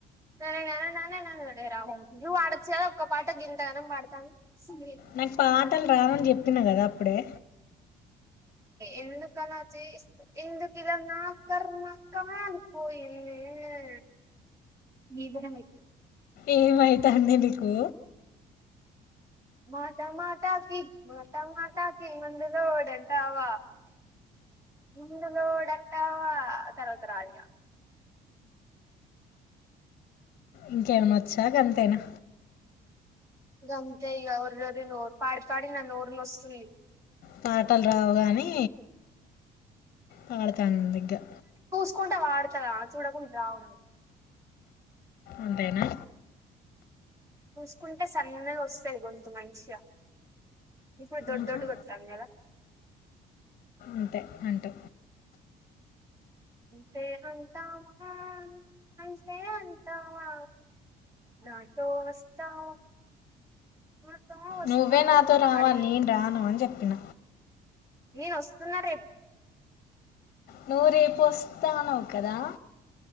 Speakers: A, on the right; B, on the left.
A: నన్నన్న నాన్నన్న రా నువ్ అడచద ఒక్క పాట గింతగానం పాడుతాను సుీ
B: నాకు పాటలు రావని చెప్పిన కదా అప్పుడే
A: ఎందుకన్నా ఎందుకులా నా కర్మకా కాలిపోయింది ఏ నిదనం వైతు
B: ఏమైతంది నీకు
A: మాట మాటకి మాట మాటకి మందులోడుడంతవ ఇందులో డంతా తర్వాతరాల
B: ఇంకేమనా వచ్చాకంతేనా
A: గమంత ఈ అర్వ న పాడి పాడి న నోర్ న వస్తలి
B: పాటలు రావుగాని పాడతానుందిగ్గా
A: చూసుకుంటే వాడతార చూడకుండా రావడం
B: అంతేనా
A: చూసుకుంటే సన్నగాగా వస్తాయి గొంతు మంచిగా ఇ కూడాడు దొ
B: మ్హూ.
A: దొడ్డు వతా అలా
B: అంతే అంటా
A: అంతే అంతమా అంతే అంతమా నాథో వాస్తవ త <unintelligible>
B: నువ్వే నాతో రావాలి
A: అడి
B: నేను రాను అని చెప్పిన
A: నేను వస్తున్నారే
B: నూరే పస్తతానవు కదా